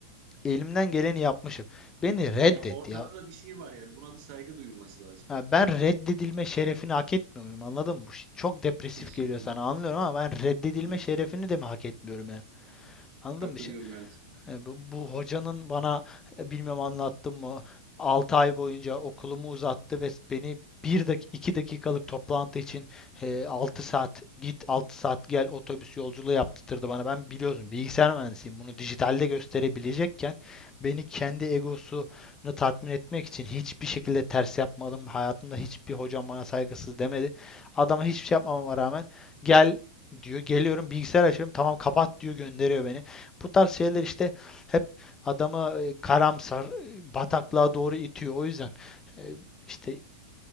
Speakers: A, on the left; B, on the right.
A: elimden geleni yapmışım. Beni
B: Ya
A: reddet
B: ortada
A: ya.
B: da bir şey var yani. Buna bir saygı duyulması lazım.
A: Ya ben reddedilme şerefini hak etmiyor muyum? Anladın mı? Bu şey çok depresif
B: Kesinlikle.
A: geliyor sana anlıyorum ama ben reddedilme
B: Yani
A: şerefini de mi hak etmiyorum yani? Anladın
B: katılıyorum
A: mı? Şi-
B: evet.
A: e, Bu, bu hocanın bana e, bilmem anlattım mı 6 ay boyunca okulumu uzattı ve beni bir dak 2 dakikalık toplantı için e, 6 saat git 6 saat gel otobüs yolculuğu yaptırdı bana. Ben biliyorsun bilgisayar mühendisiyim. Bunu dijitalde gösterebilecekken beni kendi egosunu tatmin etmek için hiçbir şekilde ters yapmadım. Hayatımda hiçbir hocam bana saygısız demedi. Adama hiçbir şey yapmamama rağmen gel diyor. Geliyorum bilgisayar açıyorum. Tamam kapat diyor gönderiyor beni. Bu tarz şeyler işte hep adamı e, karamsar, e, bataklığa doğru itiyor. O yüzden e, işte